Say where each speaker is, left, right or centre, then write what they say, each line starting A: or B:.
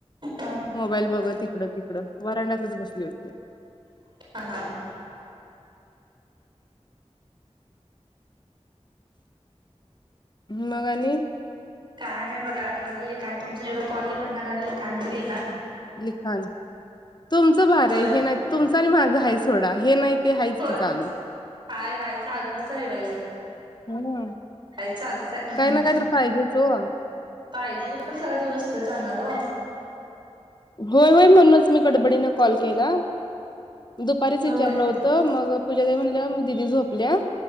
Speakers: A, on the right; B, on the left.
A: हा
B: मोबाईल बघत तिकडं तिकडं वाराड्यांतच बसली होती.
A: <unintelligible>
B: मग आणि
A: काय नाही बघा आता जरा लिखाण तुमचं एवढं कॉल हे करणार. आणि लिखान ब घेणार.
B: लिखाण तुमचं भार
A: होय
B: आहे हे नाही तुमचं आणि माझं आहे सोडा हे नाही ते आहेच
A: होय
B: की चालु.
A: हाय हाय चाललच आहे बाई.
B: ह
A: आहे चालूच आहे.
B: काही ना काही तर पाहिजेच ओ
A: पाहिजे उदे पण सगा दिवस तिकडे जाणार हो
B: होय होय म्हणूनच मी गडबडीने कॉल केला. दुपारीच विचारलं
A: होय
B: होतं मग पूजा म्हणल्या दिदी झोपल्या.